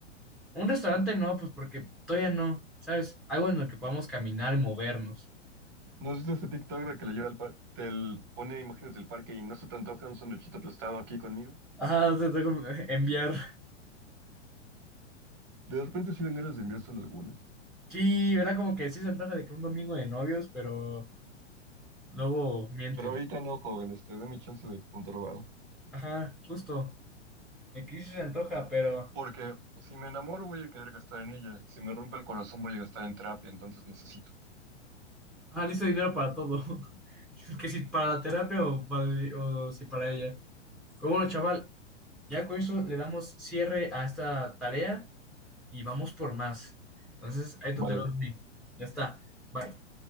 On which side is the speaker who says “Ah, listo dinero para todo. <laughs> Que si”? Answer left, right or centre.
Centre